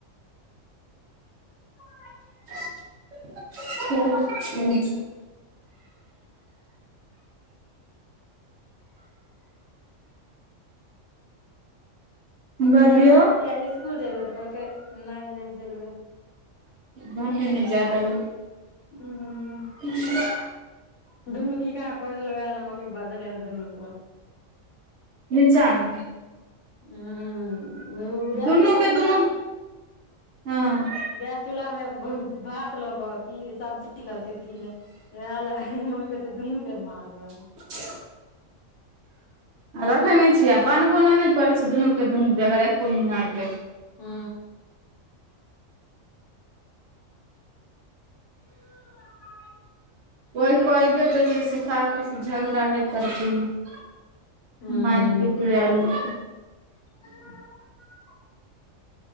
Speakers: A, on the left; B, on the right.
A: <inaudible>
B: <unintelligible>
A: प्रिया
B: बजियौ
A: कहलक प्रिया इसकुल जयबै तऽ कहलकै नय नय जेबय।
B: <unintelligible>
A: हूँ।
B: <inaudible>
A: दुनू की कहाँ करय छलय वएह ले मम्मी बाजले हन दुनू क।
B: <unintelligible>
A: हँ ओ यएह
B: दुनू
A: गैस
B: के
A: चूल्हा,
B: दुनू हँ
A: गैस चूल्हामे भात भ लऽ कऽ की सब्जी लेलकै की नहि वएह ले इ मम्मी कहय छैय दुनू के मारबौ आइ।
B: <unintelligible> आ रखै नहि छियै आ बनबो नहि ने करय छैय दुनूके दुनू बगैर एको मिनट।
A: हू। <unintelligible>
B: ओहि कहबे करबय सिखा क झगड़ा नहि करय जइहें।
A: हूँ
B: माइर पिट <unintelligible>
A: <unintelligible>